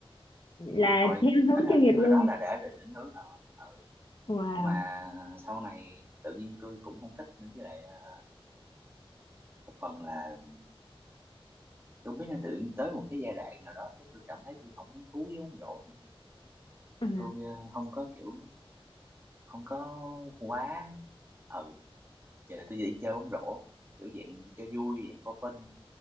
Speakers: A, on the left (about 55°); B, on the right (about 25°).
A: là
B: đúng rồi hồi
A: theo hướng
B: ấy là
A: chuyên nghiệp luôn
B: hồi đó là đã định định hướng rồi ừ.
A: wow
B: nhưng mà sau này tự nhiên tôi cũng không thích nữa với lại ờ, một phần là tôi không biết là tự nhiên tới một cái giai đoạn nào đó cái tôi cảm thấy tôi không hứng thú với bóng rổ
A: à.
B: tôi ờ, không có kiểu không có quá ừ giờ tôi chỉ chơi bóng rổ kiểu dạng cho vui dạng for fun